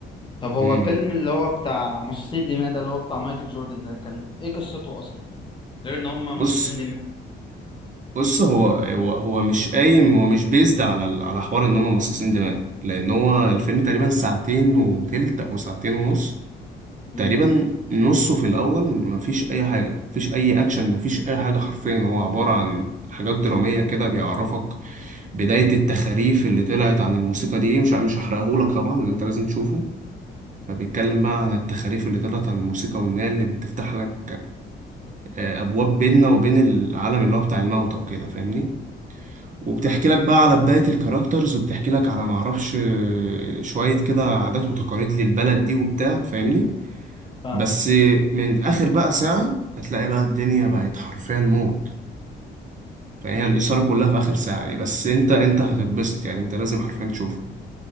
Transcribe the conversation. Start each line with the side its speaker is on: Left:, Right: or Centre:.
Left: طب هو
Right: امم
Left: فيلم
Right: إمم.
Left: اللي هو بتاع مصاصين الدماء ده اللي هو بتاع مايكل جوردن ده كان ايه قصته اصلا غير ان هم مصاصين
Right: بص
Left: دماء
Right: بص هو هو هو مش قايم هو مش بيزد على ال- على حوار ان هم مصاصين دماء لان هو الفيلم تقريبا ساعتين وتلت او ساعتين ونص
Left: امم
Right: تقريبا نصه في الاول مفيش اي حاجه مفيش اي اكشن مفيش اي حاجه حرفيا هو عباره عن حاجات دراميه كده بيعرفك بدايه التخاريف اللي طلعت عن الموسيقى دي ايه مش مش هحرقهولك طبعا لأن انت لازم تشوفه فبيتكلم بقى عن التخاريف اللي طلعت عن الموسيقى وإنها اللي بتفتح لك آه، ابواب بيننا وبين العالم اللي هو بتاع الموتى وكده فاهمني وبتحكي لك بقى على بداية الكاركترز وبتحكي لك على معرفش آه، شوية كده عادات وتقاليد للبلد دي وبتاع فاهمني
Left: فاهم
Right: بس من اخر بقى ساعة هتلاقي بقى الدنيا بقت حرفيا موت فهي الإثارة كلها في آخر ساعة دي بس أنت أنت هتتبسط يعني أنت لازم حرفيا تشوفه